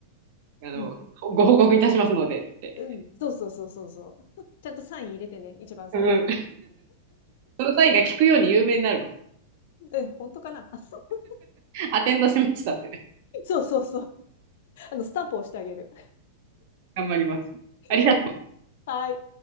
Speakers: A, on the right; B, on the left.
A: あの、
B: うん、
A: ご報告いたしますのでって。
B: うん。そうそうそうそうそう。<laughs> ちゃんとサイン入れてね、一番最後に。
A: うん。その際が聞くように有名になるわ。
B: え、本当かな <laughs>
A: アテンドしましたってね。
B: そうそうそう。あの、スタンプ押してあげる。
A: 頑張ります。ありがとう
B: うん。はい。